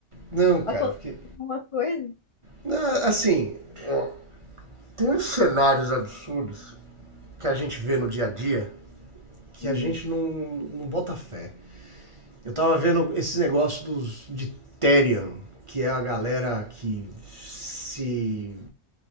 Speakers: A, on the right; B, on the left.
A: Não, cara,
B: aconteceu
A: porque.
B: alguma coisa.
A: não, assim. ó, Tem uns cenários absurdos que a gente vê no dia a dia que
B: Hum.
A: a gente não, não bota fé. Eu tava vendo esse negócio dos de Therian, que é a galera que se